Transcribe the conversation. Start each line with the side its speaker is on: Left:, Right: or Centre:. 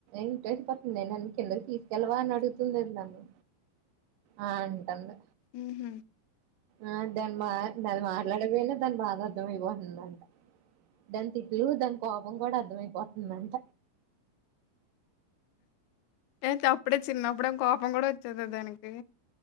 Right: ఇంటెళ్ళిపోతుంది నన్ను కిందకి తీసుకెళ్ళవా అని అడుగుతుంది అది నన్ను ఆ అంటంది
Left: ఉమ్ హు
Right: ఆ దాని మా దాని మాట్లాడ్లేకపోయిన దానికి బాగా అర్థంమయిపోతుందంట దాని తిట్లు, దాని కోపం గూడ అర్థమయిపోత్ మంట
Left: ఏంటి అప్పుడే చిన్నప్పుడే కోపం కూడా వోచ్చేది దానికి